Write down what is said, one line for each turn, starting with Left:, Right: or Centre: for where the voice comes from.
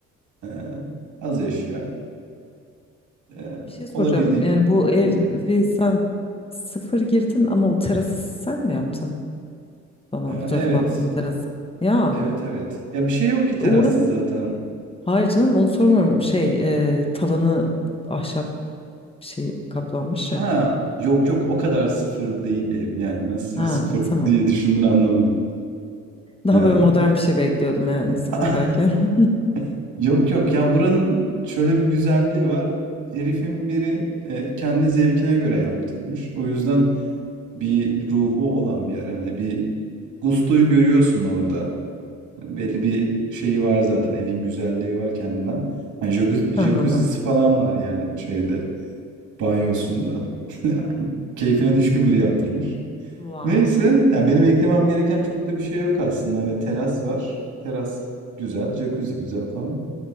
Right: Ee, az eşya. Ee,
Left: Bir şey
Right: olabildiğince.
Left: soracağım. Yani bu evi
Right: Hı,
Left: sen sıfır girdin ama o terası sen mi yaptın? Bana
Right: ee,
Left: fotoğrafını
Right: evet.
Left: attığın terası. Ya
Right: Evet evet. Ya bir şey yok ki terasta
Left: oranın...
Right: zaten.
Left: Hayır canım onu sormuyorum. Şey e, tavanı ahşap bir şey kaplanmış
Right: Ha
Left: ya.
Right: yok yok o kadar sıfır değilim. Yani nasıl
Left: Ha
Right: bir sıfır
Left: tamam.
Right: diye düşündün anlamadım.
Left: Daha
Right: Ee,
Left: böyle modern bir şey bekliyordum ya sıfır
Right: <laughs>
Left: derken.
Right: yok yok ya buranın şöyle bir güzelliği var. Herifin biri e, kendi zevkine göre yaptırmış. O yüzden bir ruhu olan bir yer. Yani bir gustoyu görüyorsun orada. Belli bir şeyi var zaten evin güzelliği var kendinden. Yani jacuzzi
Left: <laughs>
Right: jacuzzi
Left: Anladım.
Right: falan var yani şeyde Banyosunda. <laughs> Yani Keyfine düşkün biri yaptırmış.
Left: Wow.
Right: Neyse, ya benim eklemem gereken çok da bir şey yok aslında. Hani teras var. Teras güzel, jacuzzi güzel falan.